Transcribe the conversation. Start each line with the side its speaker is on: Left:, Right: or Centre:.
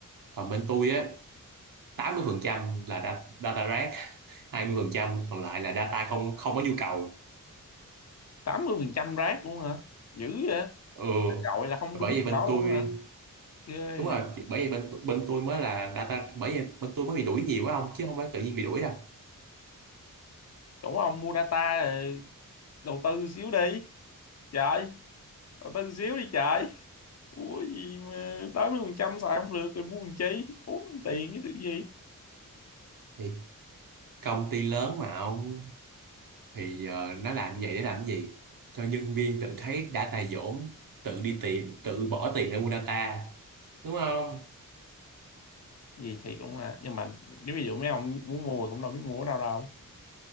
Right: còn bên tôi á 80% là data, data rác hai mươi phần trăm còn lại là data không không có nhu cầu
Left: tám mươi phần trăm rác luôn hả dữ vậy
Right: ừ
Left: gọi là không
Right: bởi
Left: đúng
Right: vậy
Left: thằng đó
Right: bên tôi
Left: luôn hả ghê
Right: đúng rồi
Left: vậy
Right: thì bởi vậy bên bên tôi mới là data bởi vậy bên tôi mới bị đuổi nhiều quá ông chứ không phải tự nhiên bị đuổi đâu
Left: chỗ ông mua data rồi đầu tư xíu đi trời bà tin xíu đi trời mua gì mà 80% xài không được rồi mua làm chi bốn tiền cái được gì
Right: thì công ty lớn mà ông thì ờ, nó làm như vậy để làm cái gì cho nhân viên tự thấy data dỗm tự đi tìm tự bỏ tiền để mua data đúng không
Left: gì thiệt luôn ha nhưng mà nếu ví dụ mấy ông muốn mua cũng đâu biết mua ở đâu đâu